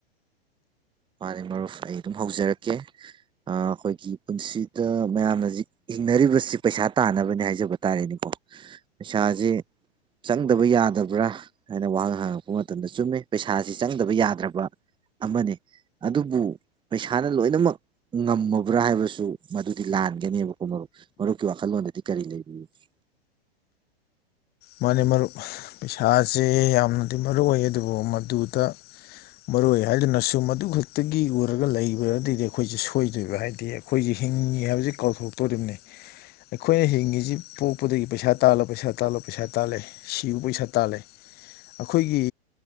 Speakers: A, on the right; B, on the left.
A: ꯃꯥꯅꯦ ꯃꯔꯨꯞ ꯑꯩ ꯑꯗꯨꯝ ꯍꯧꯖꯔꯛꯀꯦ ꯑ ꯑꯩꯈꯣꯏꯒꯤ ꯄꯨꯟꯁꯤꯗ ꯃꯌꯥꯝꯅꯖꯤꯛ ꯍꯤꯡꯅꯔꯤꯕꯁꯤ ꯄꯩꯁꯥ ꯇꯥꯅꯕꯅꯦ ꯍꯥꯏꯖꯕ ꯇꯥꯔꯦꯅꯦꯀꯣ ꯄꯩꯁꯥꯁ ꯆꯪꯗꯕ ꯌꯥꯗꯕ꯭ꯔꯥ ꯍꯥꯏꯅ ꯋꯥꯍꯪ ꯍꯪꯉꯛꯄ ꯃꯇꯝꯗ ꯆꯨꯝꯃꯦ ꯄꯩꯁꯥꯁꯤ ꯆꯪꯗꯕ ꯌꯥꯗ꯭ꯔꯕ ꯑꯃꯅꯤ ꯑꯗꯨꯕꯨ ꯄꯩꯁꯥꯅ ꯂꯣꯏꯅꯃꯛ ꯉꯝꯃꯕ꯭ꯔꯥ ꯍꯥꯏꯕꯁꯨ ꯃꯗꯨꯗꯤ ꯂꯥꯟꯒꯅꯦꯕꯀꯣ ꯃꯔꯨꯞ ꯃꯔꯨꯞꯀꯤ ꯋꯥꯈꯜꯂꯣꯟꯗꯗꯤ ꯀꯔꯤ ꯂꯩꯕꯤꯕꯒꯦ
B: ꯃꯥꯅꯦ ꯃꯔꯨꯞ ꯄꯩꯁꯥꯁꯦ ꯌꯥꯝꯅꯗꯤ ꯃꯔꯨ ꯑꯣꯏ ꯑꯗꯨꯕꯨ ꯃꯗꯨꯗ ꯃꯔꯨ ꯑꯣꯏ ꯍꯥꯏꯗꯨꯅꯁꯨ ꯃꯗꯨ ꯈꯛꯇꯒꯤ ꯎꯔꯒ ꯂꯩꯕꯗꯒꯤꯗꯤ ꯑꯩꯈꯣꯏꯁꯦ ꯁꯣꯏꯗꯣꯏꯕ ꯍꯥꯏꯗꯤ ꯑꯩꯈꯣꯏꯁꯦ ꯍꯤꯡꯉꯤ ꯍꯥꯏꯕꯁꯤ ꯀꯥꯎꯊꯣꯛꯇꯣꯔꯤꯕꯅꯤ ꯑꯩꯈꯣꯏꯅ ꯍꯤꯡꯉꯤꯁꯤ ꯄꯣꯛꯄꯗꯒꯤ ꯄꯩꯁꯥ ꯇꯥꯜꯂ ꯄꯩꯁꯥ ꯇꯥꯜꯂꯣ ꯄꯩꯁꯥ ꯇꯥꯜꯂꯦ ꯁꯤꯕꯨꯛ ꯄꯩꯁꯥ ꯇꯥꯜꯂꯦ ꯑꯩꯈꯣꯏꯒꯤ